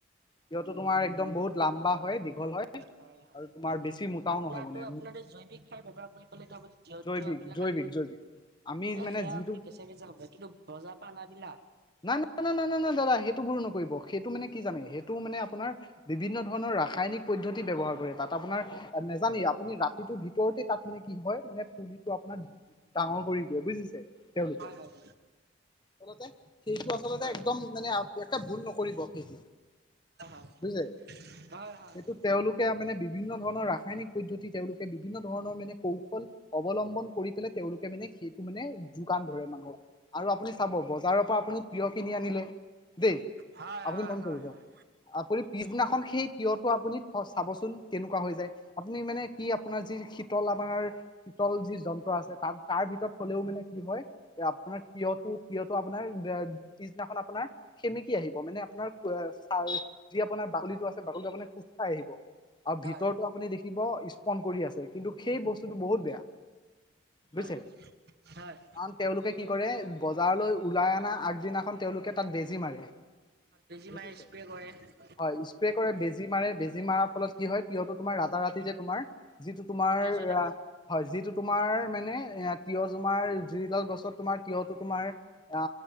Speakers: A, on the left; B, on the right.
A: তিয়হ সেটো তোমাৰ একদম বহুত লাম্বা হয় দীঘল হয়
B: হয় হয়
A: আৰু তোমাৰ বেছি মোটাও
B: আপোনাৰটো
A: নহয় মানে
B: আপোনাৰটো জৈৱিক সাৰ বেপাৰ বুলি ক'লে ত আপুনি তিয়ঁহ
A: জৈৱিক
B: তিয়হ বিলাক
A: জৈৱিক
B: কানি এ
A: জৈৱিক আমি মানে
B: সেয়া
A: যিটো
B: আপুনি কেচা কেচা হব কিন্তু বজাৰ পৰা অনা বিলাক
A: নাই ন ন নাই নাই নাই দাদা সেইটো বোৰো নকৰিব সেইটো মানে কি জানে সেইটো মানে আপোনাৰ বিভিন্ন ধৰণৰ ৰাসায়নিক পদ্ধতি ব্যৱহাৰ কৰে তাত আপোনাৰ নেজানি আপুনি ৰাতিটোৰ ভিতৰতে তাত মানে কি হয় মানে ফুলি ত আপোনাক ডাঙৰ কৰি দিয়ে বুজিছে তেওঁলোকে
B: হয় হয়
A: আচলতে সেইটো আচলতে
B: হয়
A: একদম মানে আউপিয়াকে ভুল নকৰিব সেইটো
B: হয়
A: বুজিছে
B: হয় হয় হয়
A: সেইটো তেওঁলোকে আ মানে বিভিন্ন ধৰণৰ ৰাসায়নিক পদ্ধতি তেওঁলোকে বিভিন্ন ধৰণৰ মানে কৌশল অৱলম্বন কৰি পেলাই তেওঁলোকে মানে শীত টো মানে যোগান ধৰে মানুহক আৰু আপুনি চাব বজাৰৰ পৰা আপুনি তিয়হ কিনি আনিলে দেই
B: হয়
A: আপুনি
B: হয়
A: মন
B: হয়
A: কৰিব
B: হয়
A: আপুনি পিছদিনাখন সেই তিয়টো আপুনি ফ চাবচোন তেনুকুৱা হৈ যায় আপুনি মানে কি আপোনাৰ যি শীতল আমাৰ শীতল যি যন্ত্ৰ আছে তাত তাৰ ভিতৰত থলেও মানে কি হয় এ আপোনাৰ তিয়হটো তিয়াহটো আপোনাৰ বে পিছদিনাখন আপোনাৰ হেমেকি আহিব মানে আপোনাৰ ওৱা চা যি আপোনাৰ বাকলিটো আছে বাকলিটো আপোনি খোজ খাই আহিব আৰু ভিতৰতো
B: হয় হয়
A: আপুনি দেখিব স্পন কৰি আছে কিন্তু সেই বস্তুটো বহুত বেয়া বুজিছে
B: হয় হয়
A: কাৰণ তেওঁলোকে কি কৰে বজাৰলৈ ওলাই অনা আগদিনাখন তেওঁলোকে তাত বেজি মাৰে
B: বেছি
A: বুজিছে
B: মাৰে স্প্ৰে কৰ ৰে
A: হয় স্প্ৰে কৰে বেজী মাৰে বেজী মাৰা ফলত কি হয় তিঁয়হটো তোমাৰ ৰাতা ৰাতি যে তোমাৰ যিটো তোমাৰ
B: সতেজ হৈ থাকে
A: আহ হয় যিটো তোমাৰ মানে এ তিঁয়হ তোমাৰ জুইডাল গছত তোমাৰ তিঁয়হটো তোমাৰ আ